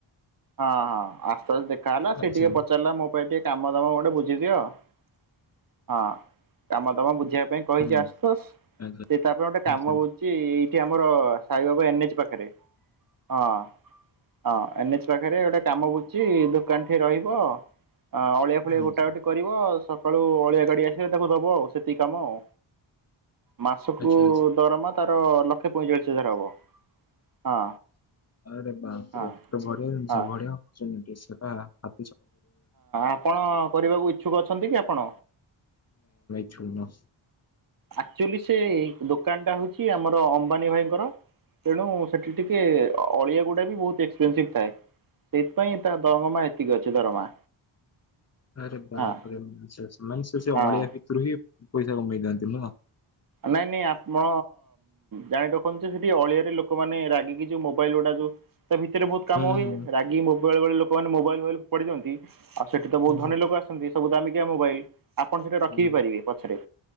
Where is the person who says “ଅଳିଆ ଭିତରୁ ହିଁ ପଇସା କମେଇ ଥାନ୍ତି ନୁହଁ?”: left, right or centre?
Left